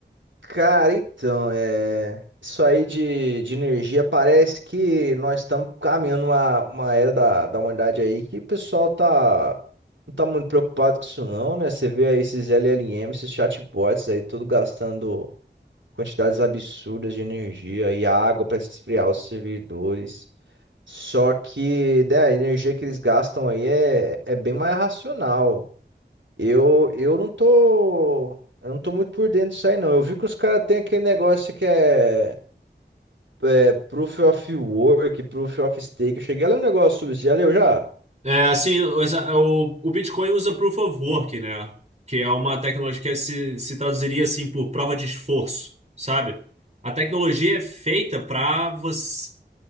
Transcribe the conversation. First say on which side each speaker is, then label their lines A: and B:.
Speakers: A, on the right (about 85°); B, on the right (about 35°).
A: Cara, então, é... isso aí de, de energia parece que nós estamos caminhando uma, uma era da, da humanidade aí que o pessoal tá não tá muito preocupado com isso não, né? Você vê aí esses LLM, esses chatbots aí, tudo gastando quantidades absurdas de energia e água para esfriar os servidores. Só que, né, a energia que eles gastam aí é, é bem mais racional. Eu, eu não tô, eu não tô muito por dentro disso aí, não. Eu vi que os caras têm aquele negócio que é, é Proof of Work, Proof of Stake. Eu cheguei a ler um negócio sobre isso, já leu já?
B: É, assim, o, o Bitcoin usa Proof of Work, né? Que é uma tecnologia que se, se traduziria assim por prova de esforço, sabe? A tecnologia é feita para você